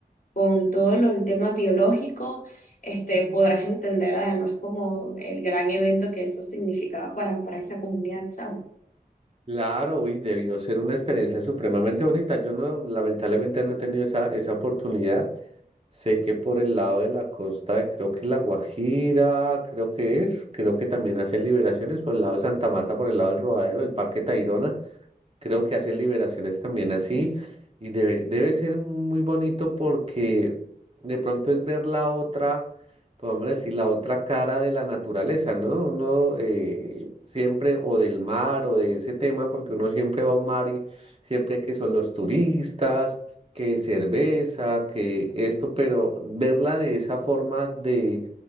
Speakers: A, on the left (about 55°); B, on the right (about 40°).
A: con todo lo, el tema biológico, este, podrás entender además como el gran evento que eso significaba para, para esa comunidad, ¿sabes?
B: Claro, uy, debió ser una experiencia supremamente bonita. Yo no, lamentablemente no he tenido esa, esa oportunidad. Sé que por el lado de la costa de creo que La Guajira, creo que es, creo que también hacen liberaciones por el lado de Santa Marta, por el lado del Rodadero, del Parque Tayrona. Creo que hacen liberaciones también así y debe, debe ser muy bonito porque de pronto es ver la otra, podemos decir, la otra cara de la naturaleza, ¿no? Uno eh, siempre, o del mar o de ese tema, porque uno siempre va a un mar y siempre que son los turistas, que cerveza, que esto, pero verla de esa forma de